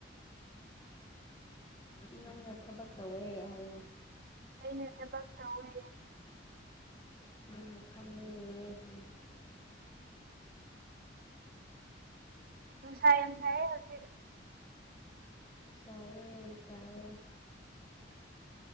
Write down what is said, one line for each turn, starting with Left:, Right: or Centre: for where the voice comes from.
Left: ꯅꯪꯅ ꯊꯕꯛ ꯇꯧꯋꯤ ꯍꯥꯏꯌꯣ
Right: ꯑꯩꯅ ꯊꯕꯛ ꯇꯧꯋꯦ
Left: ꯐꯝꯃꯤ
Right: ꯅꯨꯡꯁ ꯌꯥꯝ ꯁꯥꯏꯌꯦ ꯍꯧꯖꯤꯛ
Left: ꯆꯔꯦ ꯆꯌꯦ